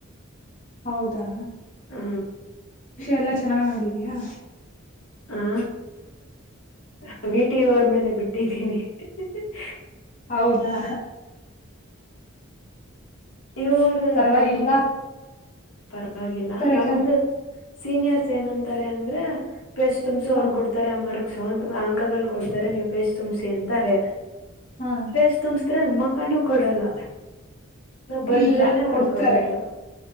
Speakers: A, on the left; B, on the left.
A: ಹೌದಾ
B: ಹ್ಮ
A: ಎಲ್ಲ ಚೆನ್ನಾಗಿಮಾಡಿದೀಯಾ
B: ಆ ಹ ವೀಟಿಯ ಅವರ್ ಮೇಲೆ ಬಿಟ್ಟಿದ್ದೀನಿ <unintelligible>
A: ಹೌದಾ
B: ಇವ್ರ
A: ಪರ್ವಾಗಿಲ್ವಾ
B: ನಮ್ ಪರವಾಗಿಲ್ಲ ನಮ್ದು
A: ಎಲ್ಲಾ?
B: ಸೀನಿಯರ್ಸ್ ಏನಂತಾರೆ ಅಂದ್ರೆ ಪ್ರಸ್ತುಮ್ಸ
A: ಹಾ
B: ಅವ್ರು ಕೊಡ್ತಾರೆ ಮರ ಅಂಕಗಳು ಕೊಡ್ತಾರೆ ನೀವು ಪಜ್ ತುಮ್ಸಿ ಅಂತಾರೆ
A: ಹಾ
B: ಪೇಜ ತುಮ್ ಅದ್ರಲ್ ಮಕಾನೂ ಕೊಡಲ್ಲ ನಾವ್ ಬರ್ದ್ರೇನೆ
A: ಇಲ್ಲ
B: ಅವ್ರ
A: ಕೊಡ್ತಾರೆ
B: ಕೊಡೋದು